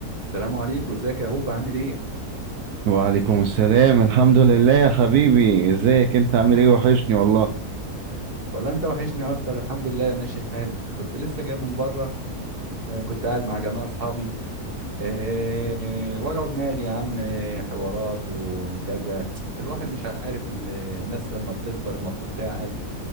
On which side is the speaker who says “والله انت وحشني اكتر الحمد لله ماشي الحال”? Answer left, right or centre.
Right